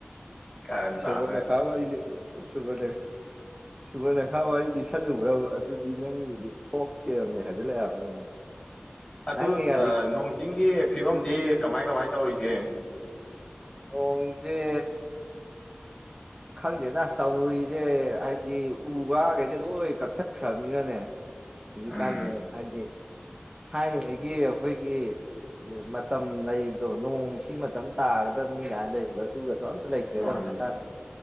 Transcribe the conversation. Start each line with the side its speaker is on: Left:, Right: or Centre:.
Left: ꯀꯥꯔꯟ
Right: ꯁꯃꯅ
Left: ꯇꯥꯗ꯭ꯔꯦ
Right: ꯈꯥꯎ ꯋꯥꯔꯤ ꯋꯥꯔꯤ ꯁꯨꯒ ꯁꯨꯕꯔ ꯅꯈꯥ ꯋꯥꯔꯤꯗꯤꯁꯜꯂ ꯭ꯔꯕ ꯑꯗꯨꯗꯤ ꯅꯪꯒꯤ ꯐꯣꯛ ꯀꯔꯅꯦ ꯍꯥꯏꯖꯤꯜꯂꯛꯑꯦꯕ ꯑꯩꯉꯣꯟꯗ
Left: ꯑꯗꯨ
Right: ꯅꯪꯒꯤ ꯒꯥꯗꯤ
Left: ꯅꯣꯡ ꯆꯤꯡꯒꯤ ꯐꯤꯕꯝꯗꯤ ꯀꯃꯥꯏ ꯀꯃꯥꯏ ꯇꯧꯔꯤꯒꯦ
Right: ꯊꯣꯡꯖꯦ ꯈꯪꯗꯦꯗ ꯇꯧꯔꯤꯁꯦ ꯍꯥꯏꯕꯗꯤ ꯎꯒꯥ ꯀꯩꯁꯦ ꯂꯣꯏ ꯀꯛꯊꯠꯈ꯭ꯔꯕꯅꯤꯅꯅꯦ ꯍꯧꯖꯤꯛ
Left: ꯎꯝ
Right: ꯀꯥꯟꯖꯦ ꯍꯥꯏꯗꯤ ꯊꯥꯏꯅꯉꯩꯒꯤ ꯑꯩꯈꯣꯏꯒꯤ ꯃꯇꯝ ꯂꯩꯕꯗꯣ ꯅꯣꯡꯁꯤ ꯃꯇꯝ ꯇꯥꯒꯗꯅꯤ ꯀꯥꯏꯅꯒ ꯂꯩꯕꯗꯣ ꯑꯗꯨꯒꯗꯣ ꯑꯝ ꯂꯩꯇꯔ꯭ꯦꯗ
Left: ꯃꯥꯅꯦ
Right: ꯍꯧꯖꯤꯛ
Left: ꯃꯥꯅꯦ
Right: ꯀꯥꯟ